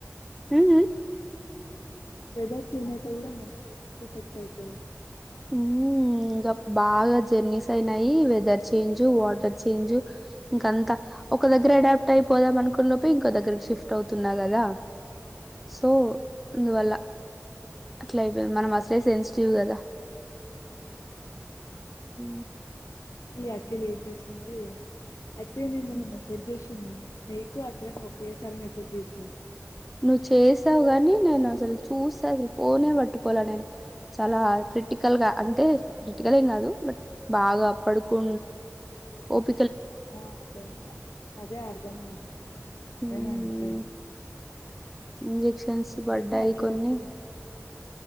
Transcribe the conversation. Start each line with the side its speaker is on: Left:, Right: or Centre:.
Centre: ఉమ్
Left: వ వెదర్ చేంజ్ అయితే ఎ కూడా మస్తు ఎఫెక్ట్ అయితది
Centre: అ ఇంకా బాగా జర్నీస్ అయినాయి వెదర్ చేంజ్ వాటర్ చేంజ్ ఇంకంత, ఒక దగ్గర అడాప్ట్ అయిపోదాం అనుకున్న లోపే ఇంకో దగ్గకి షిఫ్ట్ అవుతున్నా, కదా సో అందువల్ల అట్లా అయిపోయింది మనం అసలే సెన్సిటివ్ కదా, ఉ
Left: ఈ అఖిల ఎంచేస్తుందో ఏమో, అయితే నేను మొన్న
Centre: హ్మ్.
Left: మెసేజ్ చేసిన నికు అఖిల కి ఓకే సారి మెసేజ్ చేసిన
Centre: నువ్వు చేసావు కాని నేను అసలు చూస్తే అసలు ఫోనే పట్టుకోలే నేను చాలా క కటికల్ గా అంటే క్రిటికలేం కాదు బట్ బాగా పడుకో ఓప
Left: ఆ అదే అదే అర్ధమైంది. ఎవరైనా
Centre: హ్మ్.
Left: అంతే
Centre: ఇంజెక్షన్స్ పడ్డాయి
Left: అయితే అఖిల
Centre: కొన్ని.
Left: కి